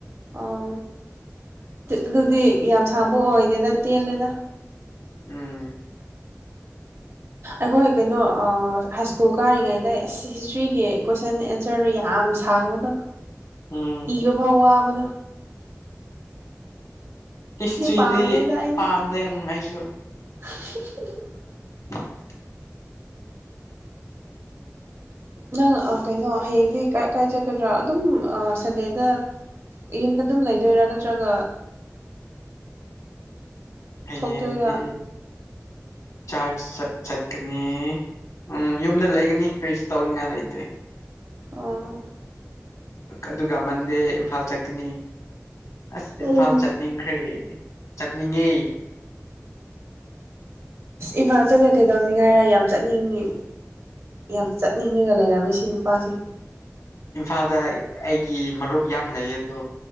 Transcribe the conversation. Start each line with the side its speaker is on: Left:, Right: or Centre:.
Right: ꯑꯣ ꯑꯗꯨꯗꯤ ꯌꯥꯝ ꯁꯥꯡꯕ ꯑꯣꯏꯗꯦꯗ ꯇꯦꯜꯂꯦꯗ
Left: ꯎꯝ
Right: ꯑꯩꯈꯣꯏ ꯀꯩꯅꯣ ꯍꯥꯏ ꯁ꯭ꯀꯨꯜ ꯀꯥꯔꯤꯉꯩꯗ ꯑꯁ ꯍꯤꯁꯇ꯭ꯔꯤꯒꯤ ꯀꯣꯏꯁꯟ ꯑꯦꯟꯁꯔꯗ ꯌꯥ ꯌꯥꯝ ꯁꯥꯡꯕꯗꯣ
Left: ꯎꯝ
Right: ꯏꯕ ꯐꯥꯎ ꯋꯥꯕꯗꯣ
Left: ꯍꯤꯁꯇ꯭ꯔꯤꯗꯤ
Right: ꯄꯥꯝꯗꯦꯗ ꯑꯩꯗꯤ
Left: ꯄꯥꯝꯗꯦ ꯑꯩꯁꯨ
Right: <unintelligible>
Left: <unintelligible>
Right: ꯅꯪ ꯀꯩꯅꯣ ꯍꯌꯦꯡꯗꯤ ꯀꯥꯏ ꯀꯥꯏꯖꯒꯗ꯭ꯔꯥ ꯑꯗꯨꯝ ꯁꯟꯗꯦꯗ ꯌꯨꯝꯗ ꯑꯗꯨꯝ ꯂꯩꯗꯣꯏꯔꯥ ꯅꯠꯇ꯭ꯔꯒ
Left: ꯍꯌꯦꯡꯗꯤ
Right: ꯊꯣꯛꯇꯣꯏꯔꯥ
Left: ꯆꯥꯔ ꯆꯠꯀꯅꯤ ꯎꯝ ꯌꯨꯝꯗ ꯂꯩꯒꯅꯤ ꯀꯔꯤꯁꯨ ꯇꯧꯅꯤꯡꯉꯥꯏ ꯂꯩꯇꯦ
Right: ꯑꯣ
Left: ꯑꯗꯨꯒ ꯃꯟꯗꯦ ꯏꯝꯐꯥꯜ ꯆꯠꯀꯅꯤ ꯑꯁ ꯏꯝꯐꯥꯜ
Right: ꯎꯝ
Left: ꯆꯠꯅꯤꯡꯈ꯭ꯔꯦ ꯆꯠꯅꯤꯡꯒꯤ
Right: ꯏꯐꯥꯖꯗ ꯀꯩꯗꯧꯁꯤꯉꯥꯏꯔ ꯌꯥꯝ ꯆꯠꯅꯤꯡꯉꯤ ꯌꯥꯝ ꯆꯠꯅꯤꯡꯉꯒ ꯂꯩꯔꯝꯃꯤ ꯁꯤ ꯅꯨꯄꯥꯁꯦ
Left: ꯏꯝꯐꯥꯜꯗ ꯑꯩꯒꯤ ꯃꯔꯨꯞ ꯌꯥꯝ ꯂꯩ ꯑꯗꯣ